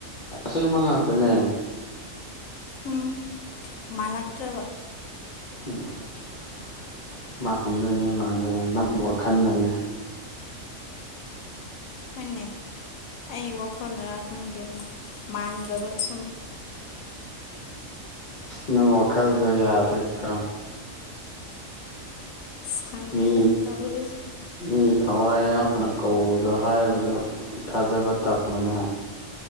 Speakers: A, on the left; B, on the left.
A: ꯑꯁꯦꯡ ꯃꯉꯥ ꯇꯅꯦ
B: ꯎꯝ ꯃꯂꯥꯛꯇ꯭ꯔ
A: ꯎꯝ ꯃꯥꯟꯗꯅꯦ ꯃꯥꯟꯗꯅꯦ ꯅꯪ ꯋꯥꯈꯜꯗꯅꯦ
B: ꯄꯨꯟꯅꯦ ꯑꯩ ꯋꯥꯈꯜꯅꯔ ꯈꯪꯗ꯭ꯔꯤꯅꯤ ꯃꯥꯟꯗꯕ ꯁꯨꯝ
A: ꯅꯪ ꯋꯥꯈꯜꯗꯣ ꯌꯥꯗꯣꯏꯅꯤꯀꯣ
B: ꯑꯁ ꯈꯪꯗꯦꯗ
A: ꯃꯤ
B: ꯇꯧꯔꯤꯁꯦ
A: ꯃꯤ ꯊꯋꯥꯏ ꯌꯥꯎꯅ ꯀꯧꯕꯗꯣ ꯍꯥꯏꯕꯗꯨ ꯊꯥꯖꯕ ꯊꯝꯃꯅꯤ